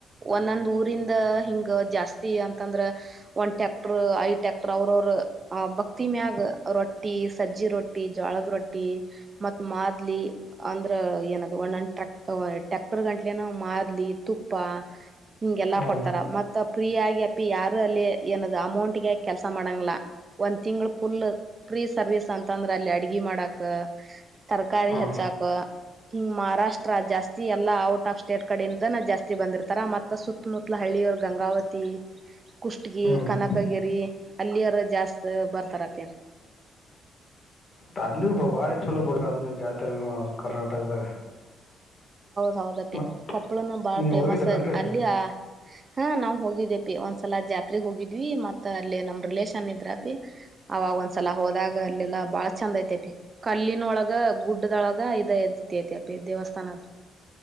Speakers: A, on the right (about 35°); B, on the left (about 40°).
A: ಒಂದೊಂದ್ ಊರಿಂದ ಹಿಂಗ ಜಾಸ್ತಿ ಅಂತಂದ್ರ ಒಂದ್ ಟ್ಯಾಕ್ಟರ್ ಐದ್ ಟ್ಯಾಕ್ಟರ್ ಅವ್ರವರು ಭಕ್ತಿ ಮ್ಯಾಗ ರೊಟ್ಟಿ ಸಜ್ಜಿ ರೊಟ್ಟಿ ಜಳದ ರೊಟ್ಟಿ ಮ ಮಾದ್ಲಿ ಅಂದ್ರ ಏನ ಒಕ್ ಟ್ರ್ಯಾಕ್ಟರ್ ಗಂಟ್ಲೆನ ಮಾದ್ಲಿ ತುಪ್ಪ ಹಿಂಗೆಲ್ಲಾ
B: ಹ್ನ್
A: ಕೊಡ್ತಾರ ಮತ್ತ ಫ್ರೀ ಆಗಿ ಅ ಯಾರು ಅಲ್ಲಿ ಏನ ಅಮೌಂಟ್ಗೆ ಕೆಲ್ಸ ಮಾಡ ಮಾಡಂಗ ಒಂದ್ ತಿಂಗಳ ಫುಲ್ ಸರ್ವಿಸ್ ಅಂತಂದ್ರೆ ಅಲ್ಲಿ ಅಡ್ಗ ಮಾಡಕ್ ತರಕಾರಿ
B: ಹ್ನ್
A: ಹೆಚ್ಚಾಕ ಹಿಂಗ್ ಮಹಾರಾಷ್ಟ್ರ ಜಾಸ್ತಿ ಎಲ್ಲಾ ಔಟ್ ಆಫ್ ಸ್ಟೇಟ್ ಕಡೆಯಿಂದ ಜಾಸ್ತಿ ಬಂದಿರ್ತಾರ ಮತ್ತತ್ ಸುತ್ತಮುತ್ತಲ ಅವ ಗಂಗಾವತಿ ಕುಷ್ಟಗಿ
B: ಹ್ಮ್
A: ಕನಕಗಿರಿ ಅಲ್ಲಿಯರ ಜಾಸ್ತ್ ಬರ್ತಾರತಿ
B: ಮ ಅಲ್ಲಿ ಬಾರಿ ಚಲೋ ಬಿಡ ಅದು ಜಾತ್ರೆ ಕರ್ನಾಟಕದಾಗ
A: ಹೌದ್ದತಿ
B: ಮತ್
A: ಕೊಪ್ಪಳನು ಬಾಳ
B: ನೀವ್
A: ಫೇಮಸ್
B: ಹೋಗಿದ್ರೇನ್ರಿ ಅಲ್ಲಿಗೆ
A: ಅಲ್ಲಿ ಹಾ ನಾವ್ ಹೋಗಿದೇಪಿ ಒಂದ್ಸಲ ಜಾತ್ರೆ ಹೋಗಿದ್ವಿ ಮತ್ತತ್ ಅಲ್ಲಿೇ ನಮ್ ರಿಲೇೇಶನ್ ಇದ್ರಪಿ ಅವಾಗ ಒಂದ್ಸಲ ಹೋದಾಗ ಅಲ್ಲೆಲ್ಲಾ ಬಾಳ ಚಂದ ಐತೆತಿ ಕಲ್ಲಿನೊಳಗ ಗುಡ್ಡದೊಳಗ ಇದ ಪೇ ದೇವಸ್ಥಾನತ್